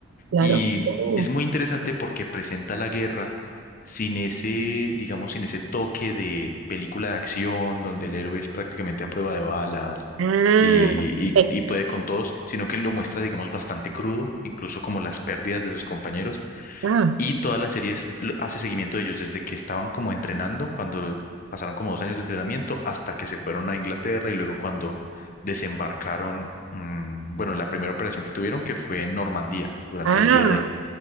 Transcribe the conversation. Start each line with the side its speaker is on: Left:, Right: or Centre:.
Right: Claro.
Left: Y
Right: Oh.
Left: es muy interesante porque presenta la guerra sin ese, digamos, sin ese toque de película de acción, donde el héroe es prácticamente a prueba de balas.
Right: Ah,
Left: Y, y
Right: perfecto.
Left: y puede con todos, sino que lo muestra, digamos, bastante crudo, incluso como las pérdidas de sus compañeros
Right: Ah,
Left: y todas las series lo- hace seguimiento de ellos desde que estaban como entrenando, cuando pasaron como dos años de entrenamiento, hasta que se fueron a Inglaterra y luego cuando desembarcaron, mm, bueno, la primera operación que tuvieron que fue en Normandía durante
Right: ah,
Left: el día D.